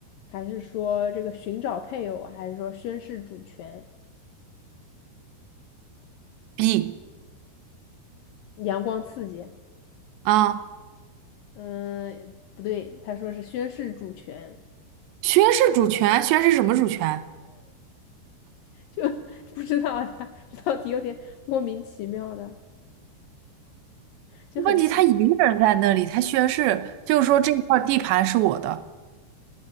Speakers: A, on the left (about 75°); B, on the right (about 80°).
A: 还是说这个寻找配偶，还是说宣誓主权？
B: B
A: 阳光刺激，
B: 啊，
A: 嗯，不对，他说是宣誓主权，
B: 宣誓主权，宣誓什么主权？
A: 就 <laughs> 不知道他这道题有点莫名其妙的。就很奇。
B: 问题他一个人在那里，他宣誓，就是说这块地盘是我的。